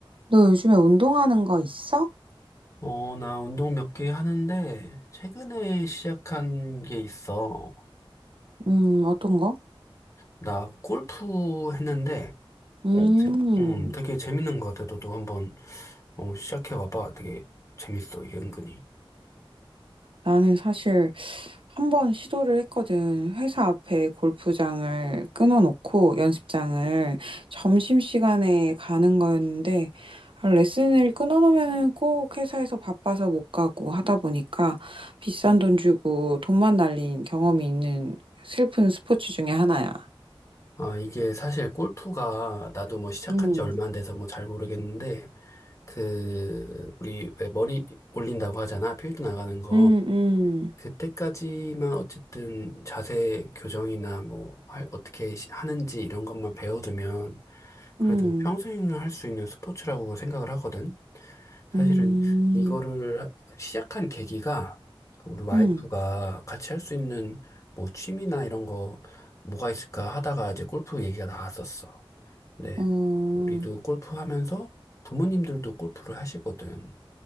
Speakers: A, on the right; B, on the left.
A: 너 요즘에 운동하는 거 있어?
B: 어, 나 운동 몇 개 하는데, 최근에 시작한 게 있어.
A: 음, 어떤 거?
B: 나 골프 했는데,
A: 음,
B: 어, 제- 음, 되게 재밌는 것 같아. 너도 한번, 어, 시작해봐봐. 되게 재밌어, 이게 은근히.
A: 나는 사실 한 번 시도를 했거든. 회사 앞에 골프장을 끊어놓고 연습장을 점심시간에 가는 거였는데, 아, 레슨을 끊어놓으면 꼭 회사에서 바빠서 못 가고 하다 보니까 비싼 돈 주고 돈만 날린 경험이 있는 슬픈 스포츠 중에 하나야.
B: 아, 이게 사실 골프가, 나도 뭐 시작한
A: 음,
B: 지 얼마 안 돼서 뭐 잘 모르겠는데, 그, 우리 왜 머리 올린다고 하잖아. 필드 나가는 거.
A: 음, 음,
B: 그때까지만 어쨌든 자세 교정이나 뭐 할- 어떻게 시- 하는지 이런 것만 배워두면 그래도
A: 음,
B: 평생을 할 수 있는 스포츠라고 생각을 하거든. 사실은
A: 음,
B: 이거를 하- 시작한 계기가 그 우리 와이프가
A: 음.
B: 같이 할 수 있는 뭐 취미나 이런 거 뭐가 있을까 하다가 이제 골프 얘기가 나왔었어. 근데
A: 어,
B: 우리도 골프 하면서 부모님들도 골프를 하시거든.